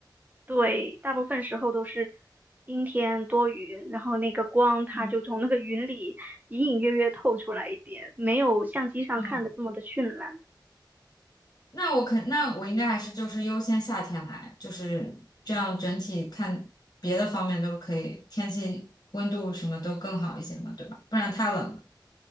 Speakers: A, on the right; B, on the left.
A: 对，大部分时候都是阴天多云，然后那个光它就从那个云里隐隐约约透出来一点，
B: 嗯，
A: 没有相机上看的这么的绚烂。
B: 嗯，那我肯，那我应该还是就是优先夏天来，就是这样整体看别的方面都可以，天气温度什么都更好一些嘛，对吧？不然太冷了。